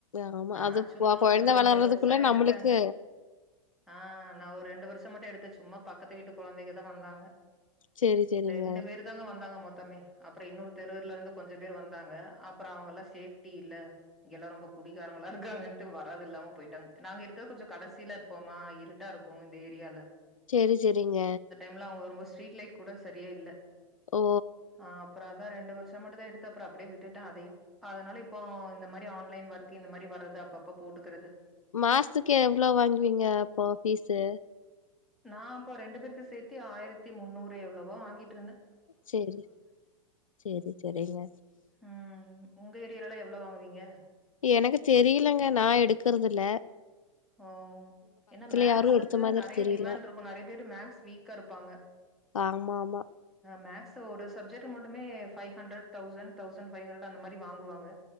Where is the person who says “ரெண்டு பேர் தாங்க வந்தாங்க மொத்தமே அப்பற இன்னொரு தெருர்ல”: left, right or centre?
Centre